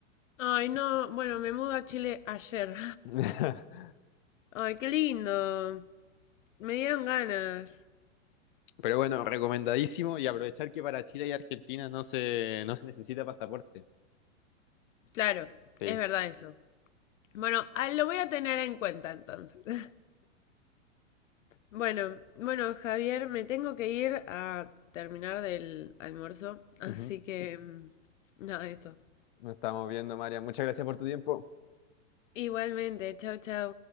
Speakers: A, on the left; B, on the left.
A: Ay, no, bueno, me mudo a Chile ayer.
B: <laughs>
A: <laughs> Ay, qué lindo. Me dieron ganas.
B: Pero bueno, recomendadísimo y aprovechar que para Chile y Argentina no se, no se necesita pasaporte.
A: Claro,
B: Sí.
A: es verdad eso. Bueno, ah, lo voy a tener en cuenta entonces. <laughs> Bueno, bueno, Javier, me tengo que ir a terminar del almuerzo, así
B: Ujú.
A: que mm, nada, eso.
B: Nos estamos viendo, María. Muchas gracias por tu tiempo.
A: Igualmente, chao, chao.